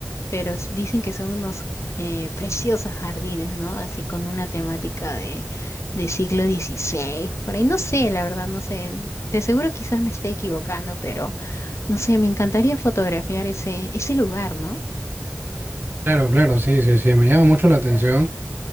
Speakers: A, on the left; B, on the right.
A: pero s- dicen que son unos eh, preciosos jardines, ¿no? Así con una temática de, de siglo XVI, por ahí no sé, la verdad, no sé. De seguro quizás me esté equivocando, pero no sé, me encantaría fotografiar ese, ese lugar, ¿no?
B: Claro, claro, sí, sí, sí, me llama mucho la atención.